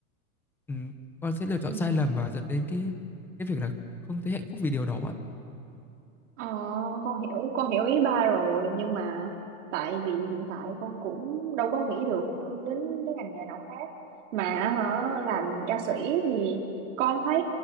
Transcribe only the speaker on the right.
ừ.
Ờ, con hiểu con hiểu ý ba rồi nhưng mà tại vì hiện tại con cũng đâu có nghĩ được ừ, đến cái ngành nghề nào khác mà hả làm ca sĩ thì con thấy